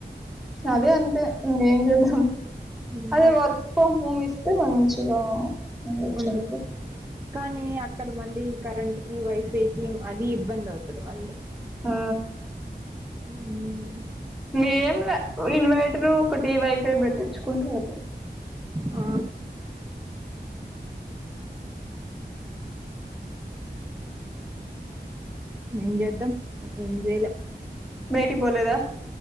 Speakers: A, in the centre; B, on the right.
A: అది అంతే ఇంకేం చేద్దాం
B: ఉమ్
A: అదే వర్క్ ఫ్రమ్ హోమ్ ఇస్తే మంచిగా ఉండొచ్చు
B: వున్
A: అనుకో
B: కానీ అక్కడ మళ్ళీ కరెంట్ కి వైఫై కి అది ఇబ్బంది అవుతది మళ్ళీ
A: ఆ
B: ఉమ్,
A: ఆ ఏమ్ లే ఇన్వైటర్ ఒకటి వైఫై పెట్టించుకుంటే అయి
B: ఆ ఏం చేయద్దాం ఏం చేయలేం
A: బయటికి పోలేదా